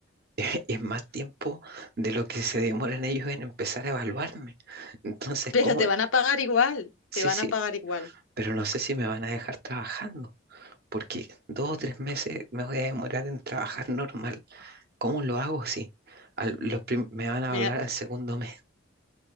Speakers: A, on the right; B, on the left.
A: <laughs> es más tiempo de lo que se demoran ellos en empezar a evaluarme. Entonces,
B: Pero
A: ¿cómo?
B: te van a pagar igual,
A: Sí,
B: te van
A: sí,
B: a pagar igual.
A: pero no sé si me van a dejar trabajando, porque dos o tres meses me voy a demorar en trabajar normal. ¿Cómo lo hago? Sí, al- los prim- me van a
B: Mira,
A: hablar al segundo mes.